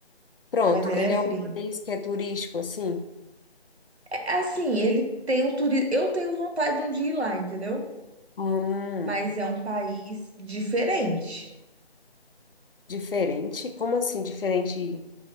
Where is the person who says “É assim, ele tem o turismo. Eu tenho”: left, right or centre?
Right